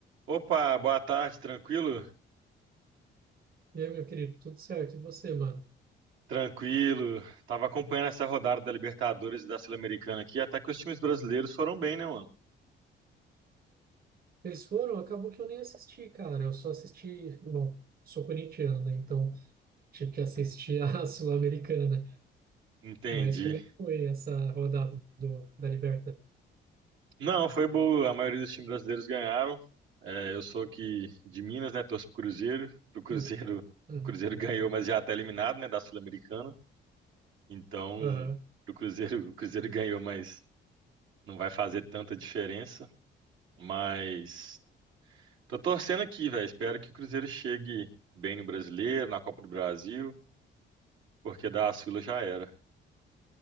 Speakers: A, on the right; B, on the right.
A: Opa, boa tarde, tranquilo?
B: E aí, meu querido, tudo certo? E você, mano?
A: Tranquilo. Tava acompanhando essa rodada da Libertadores e da Sul-Americana aqui, até que os times brasileiros foram bem, né, mano?
B: Eles foram, acabou que eu nem assisti, cara. Eu só assisti, bom, sou corintiano, né? Então tive que assistir a <laughs> Sul-Americana.
A: Entendi.
B: Mas como é que foi essa rodada do, da Liberta?
A: Não, foi boa. A maioria dos times brasileiros ganharam. É, eu sou aqui de Minas, né? Torço pro Cruzeiro. Pro Cruzeiro,
B: Uhum,
A: o
B: uhum,
A: Cruzeiro ganhou, mas já tá eliminado, né, da Sul-Americana. Então,
B: aham.
A: pro Cruzeiro, o Cruzeiro ganhou, mas não vai fazer tanta diferença. Mas tô torcendo aqui, velho. Espero que o Cruzeiro chegue bem no Brasileiro, na Copa do Brasil. porque das filas já era.